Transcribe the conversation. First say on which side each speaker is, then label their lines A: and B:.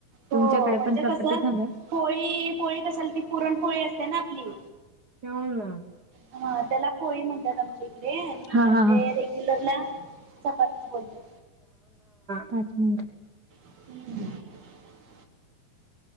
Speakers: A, on the right; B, on the right.
A: तुमच्याकडे
B: हो म्हणजे
A: पण चपती
B: कसं
A: झालं.
B: पोळी पोळी कशाल ती पुरण पोळी असते ना आपली.
A: हम्म.
B: हा त्याला पोळी म्हणतात आमच्या इकडे आणि
A: हा
B: आपले
A: हा हा.
B: रेग्युलरला चपातीच बोलतात
A: पाच मिनिट.
B: <unintelligible>